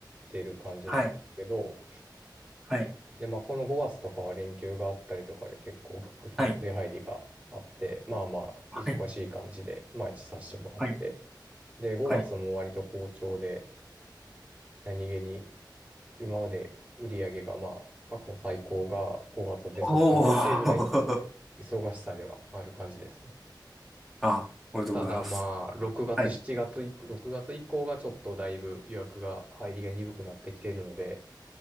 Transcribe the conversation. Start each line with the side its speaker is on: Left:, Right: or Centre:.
Right: てる感じなんですけど、
Centre: はい、はい、
Right: で、まあ、この5月とかは連休があったりとかで結構お客さんの出入りがあって、
Centre: はい、
Right: まあまあ、
Centre: はい、
Right: 忙しい感じで毎日させてもらって、
Centre: はい。
Right: で、5月も割と好調で、
Centre: はい
Right: 何気に今まで売り上げがまあ、過去最高が5月は出そうかなっていうぐらいの
Centre: おー。
Right: 忙しさではある感じですね。
Centre: <laughs> あ、おめでとうございます。
Right: ただまあ、6月、
Centre: はい。
Right: 7月以、6月以降がちょっとだいぶ予約が入りが鈍くなってきているので、